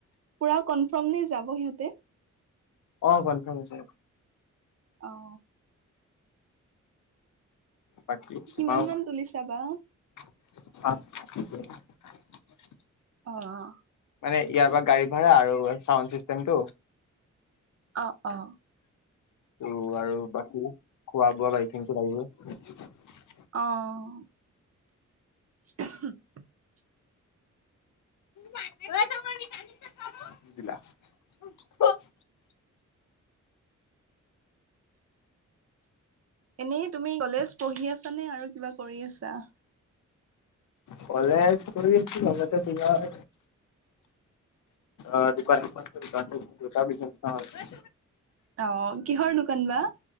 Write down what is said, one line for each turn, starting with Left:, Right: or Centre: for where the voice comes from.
Right: পুৰা কনফ্ৰম নে যাব সিহঁতে?
Left: অ' কনফ্ৰম হৈছে।
Right: অ'।
Left: বাকী তোমাৰ
Right: কিমান মান তুলিছা বা?
Left: <unintelligible>
Right: অ'।
Left: মানে ইয়াৰ পৰা গাড়ী ভাড়া আৰু চাউণ্ড চিষ্টেমটো
Right: অ' অ'।
Left: ত' আৰু বাকী খোৱা বোৱা বাকী খিনিতো লাগিব।
Right: অ'। ওমহো
Left: <unintelligible>
Right: এনেই তুমি কলেজ পঢ়ি আছা নে আৰু কিবা কৰি আছা?
Left: কলেজ কৰি আছো লগতে তোমাৰ অ দোকান এখন আছে
Right: অ কিহৰ দোকান বা?